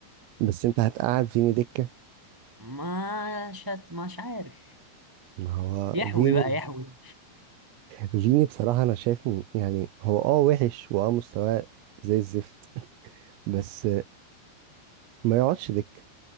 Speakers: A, on the right (about 90°); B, on the right (about 20°).
A: بس انت هتقعد فيني دكة
B: ما شت مش عارف
A: ما هو
B: يحوي
A: فيني
B: بقى يحوي
A: فيني بصراحة انا شايف م- يعني هو اه وحش واه مستواه زي الزفت بس ما يقعدش دكة